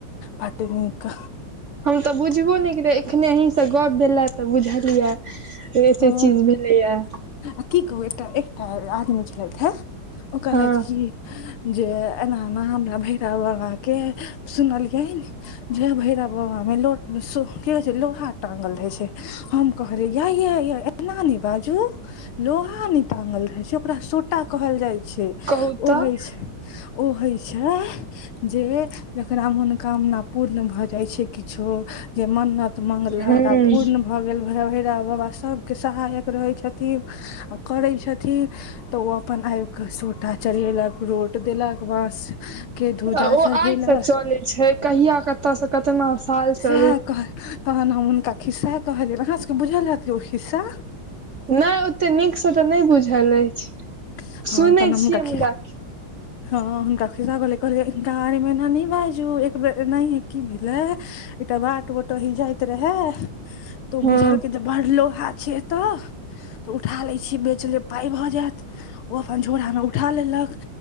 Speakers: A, on the left (about 85°); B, on the right (about 55°).
A: बड नीक
B: हम तऽ बुझबो नहि करै एखने अहीँसँ गप्प भेलै तऽ बुझलियै से एते
A: हँ
B: चीज भेलैया
A: आ की कहू एकटा एकटा आदमी छलथि है ओ कहलथि
B: हँ
A: की जे एना एना हमरा भैरव बाबा के सुनलियै जे भैरव बाबा मे वो की कहै छै लोहा टाँगल रहै छै हम कहलिये यै यै एना ने बाजू लोहा न टाँगल रहे छै ओकरा सोटा कहल जाय छै
B: कहू
A: ओ
B: तऽ
A: होइ छै ओ होइ छै जे जेकरा मनोकामना पूर्ण भऽ जाइ छै किछो जे मन्नत मांगल घरका
B: हूँ
A: पूर्ण भऽ गेल भैरा भेरव बाबा सभके सहायक रहै छथिन आ करै छथिन तऽ ओ अपन आइब के सोटा चढ़ेलक रोट देलक बांस के धूजा
B: ओ
A: चढ़ेलक
B: आइ से चलै छै कहिआ कतऽ से कतना साल सँ
A: सएह कह तहन हम हुनका खिस्सा कहलियब अहाँ सबके बुझल रहत कि ओ खिस्सा
B: नहि ओते नीक सँ तऽ नहि बुझल अछि
A: हँ
B: सुनै
A: तहन हम हुनका
B: छियै मुदा <inaudible>
A: हँ हुनका खिसा कहलिये कहलियै हिनका आर एना न बाजू एक बेर ना की भेले एकटा बाट बटोही जाइत रहा तो
B: हँ
A: बुझल के जे बड़ लोहा छै एतऽ तऽ उठा लेछीय बेच ले पााय भऽ जायत ओ अपन झोरा में उठा लेलक